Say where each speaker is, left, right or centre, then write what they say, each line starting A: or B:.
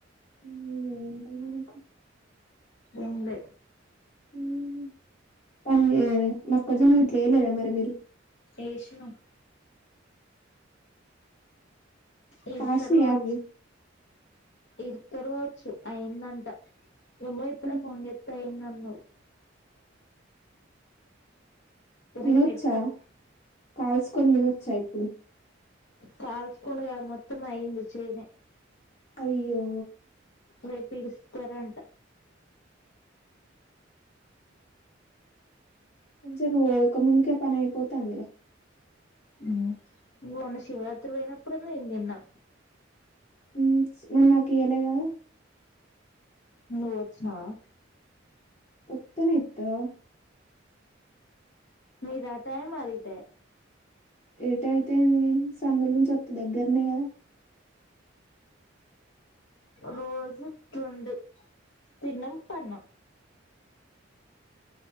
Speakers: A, on the left; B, on the left.
A: హుమ్ ఏం పని మనకి
B: ఎం లే
A: హుమ్ పనిచేయాలె మక్కజొన్న గిట్లేయలేద మరి మీరు
B: ఏషినం ఇరుత్తరు
A: కాసినయా
B: కావచ్చు
A: అవి
B: ఇరుత్తరు కావచ్చు అయిందంట చెల్లె ఇప్పుడే
A: హ్మ్.
B: ఫోన్ చేస్తే ఐందిదన్నావ్
A: తినొచ్చా
B: రేపు పెడతాం
A: కాల్సుకొని తినొచ్చా ఇప్పుడు
B: కాల్చకోను కాదు మొత్తం అయింది చేనే
A: అయ్యో
B: రేపు ఇరుస్తారంట
A: మంచిగా నువ్వు పోక ముందుకే పనైపోతాందిగా
B: హు నువ్ మొన్న శివరాత్రి పోయినప్పుడే మీమ్ తిన్నాం
A: హు మరి నాకు ఇయ్యలే కదా
B: నువ్వువచ్చినవా
A: ఒత్తనే ఇత్తవ
B: మీ దతయే మాదిటయే
A: ఏటైతేంది సందుల నుంచి వతె దగ్గరనే కదా
B: రోజు ఇట్లుండు తిన్నంపన్నం